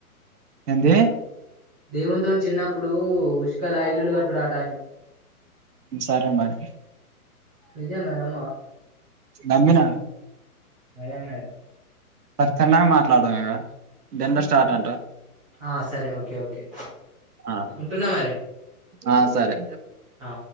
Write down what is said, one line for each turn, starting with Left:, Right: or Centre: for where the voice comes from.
Right: ఏంది
Centre: దేవుంతో చిన్నప్పుడు ఉసుకాల ఇల్లులు కట్టుడు ఆటానామ్
Right: సరే మరి
Centre: నిజంగాద్ అమ్మ
Right: దమ్మినా
Centre: ఆయామెరి
Right: మరి చిన్నగా మాట్లాడదాం ఇద దెన్లో స్టార్ట్ అంటా
Centre: ఆ సరే ఓకే ఓకే
Right: ఆ
Centre: ఉంటున్నా మరి
Right: ఆ సరే
Centre: ఆ